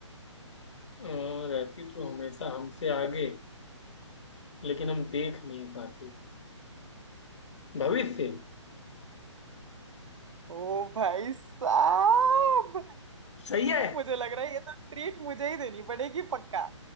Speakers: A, on the left; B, on the right.
A: अ, रहती तो हमेशा हमसे आगे लेकिन हम देख नहीं पाते भविष्य
B: ओ भाई साहब
A: सही है
B: मुझे लग रहा है ये तो ट्रीट मुझे ही देनी पड़ेगी पक्का